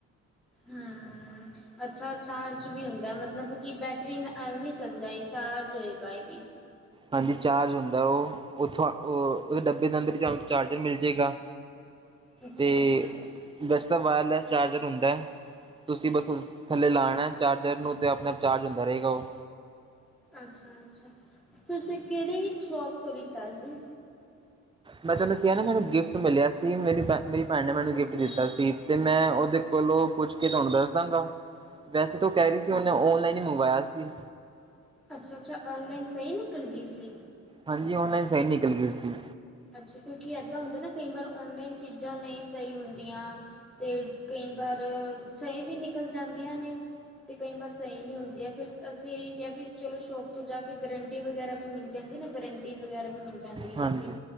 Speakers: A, in the centre; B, on the right.
A: ਹਮ ਅੱਛਾ ਚਾਰਜ ਵੀ ਹੁੰਦਾ ਮਤਲਬ ਕਿ ਬੈਟਰੀ ਨਾਲ ਚੱਲਦਾ ਹੈ ਚਾਰਜ ਹੋਏ ਗਾ ਇਹ ਵੀ।
B: ਹਾਂਜੀ ਚਾਰਜ ਹੁੰਦਾ ਉਹ ਉੱਥੋਂ ਉਹ ਉਹਦੇ ਡੱਬੇ ਦੇ ਅੰਦਰ ਹੀਂ ਤੁਹਾਨੂੰ ਚਾਰਜਰ ਮਿਲ ਜਾਏਗਾ।
A: ਅੱਛਾ-ਅੱਛਾ।
B: ਤੇ ਵੈਸੇ ਤਾਂ ਵਾਇਰਲੈਸ ਚਾਰਜਰ ਹੁੰਦਾ ਹੈ। ਤੁਸੀਂ ਬਸ ਥੱਲੇ ਲਾਉਣਾ ਚਾਰਜਰ ਨੂੰ ਤੇ ਆਪਣੇ ਆਪ ਚਾਰਜ ਹੁੰਦਾ ਰਹੇਗਾ ਉਹ।
A: ਅੱਛਾ-ਅੱਛਾ ਤੁਸੀਂ ਕਿਹੜੀ ਸ਼ੋਪ ਤੋਂ ਲਿੱਤਾ ਸੀ?
B: ਮੈਂ ਤੈਨੂੰ ਕਿਹਾ ਨਾ ਮੈਨੂੰ ਗਿਫਟ ਮਿਲਿਆ ਸੀ ਮੇਰੀ ਭੈਣ ਮੇਰੀ ਭੈਣ ਨੇ
A: ਅੱਛਾ-ਅੱਛਾ
B: ਮੈਨੂੰ ਗਿਫਟ
A: ਹਾਂਜੀ।
B: ਦਿੱਤਾ ਸੀ ਤੇ ਮੈਂ ਉਹਦੇ ਕੋਲੋਂ ਪੁੱਛ ਕੇ ਤੁਹਾਨੂੰ ਦੱਸ ਦਾਂਗਾ। ਵੈਸੇ ਤਾਂ ਉਹ ਕਹਿ ਰਹੀ ਸੀ ਉਹਨੇ ਔਨਲਾਈਨ ਹੀ ਮੰਗਵਾਇਆ ਸੀ।
A: ਅੱਛਾ ਅੱਛਾ ਆਨਲਾਈਨ ਸਹੀ ਨਿਕਲ ਗਈ ਸੀ।
B: ਹਾਂਜੀ ਔਨਲਾਈਨ ਸਹੀ ਨਿਕਲ ਗਈ ਸੀ।
A: ਅੱਛਾ ਕਿਉਂਕਿ ਏਦਾਂ ਹੁੰਦਾ ਨਾ ਕਈ ਵਾਰ ਓਨਲਾਈਨ ਚੀਜ਼ਾਂ ਨਹੀਂ ਸਹੀ ਹੁੰਦੀਆਂ। ਤੇ ਕਈ ਵਾਰ ਸਹੀ ਵੀ ਨਿਕਲ ਜਾਂਦੀਆਂ ਨੇ ਤੇ ਕਈ ਵਾਰ ਸਹੀ ਨਹੀਂ ਹੁੰਦੀਆਂ। ਫਿਰ ਅਸੀਂ ਇਹੀ ਕਿਹਾ ਵੀ ਚਲੋ ਸ਼ੋਪ ਤੋਂ ਜਾ ਕੇ ਗਰੰਟੀ ਵਗੈਰਾ ਵੀ ਮਿਲ ਜਾਂਦੀ ਨਾ ਵਰੰਟੀ ਵਗੈਰਾ ਵੀ ਮਿਲਦੀ ਜਾਂਦੀ ਹੈ
B: ਹਾਂਜੀ।
A: ਉੱਥੇ।